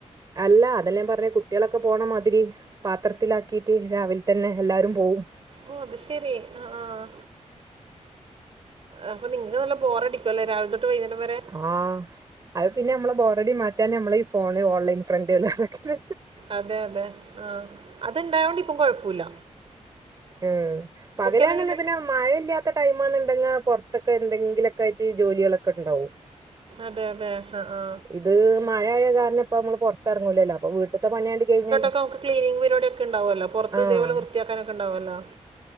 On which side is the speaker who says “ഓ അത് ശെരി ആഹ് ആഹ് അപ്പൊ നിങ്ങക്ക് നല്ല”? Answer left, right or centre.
Right